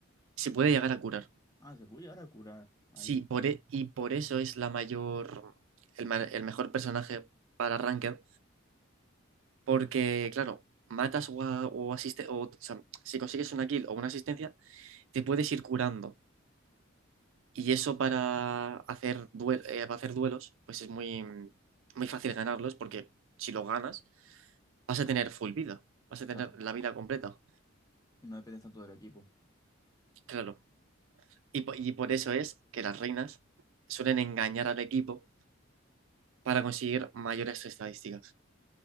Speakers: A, on the right; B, on the left.
A: se puede llegar a curar.
B: Ah, se puede llegar a curar ahí.
A: Sí, por e- y por eso es la mayor, el, ma- el mejor personaje para Ranked, Porque, claro, matas o, a- o asiste- o, o sea, si consigues una kill o una asistencia, te puedes ir curando. Y eso para hacer, due- eh, para hacer duelos, pues es muy, muy fácil ganarlos, porque si lo ganas, vas a tener full vida, vas a tener
B: Claro.
A: la vida completa.
B: Y no dependes tanto del equipo.
A: Claro. Y, po- y por eso es que las reinas suelen engañar al equipo para conseguir mayores estadísticas.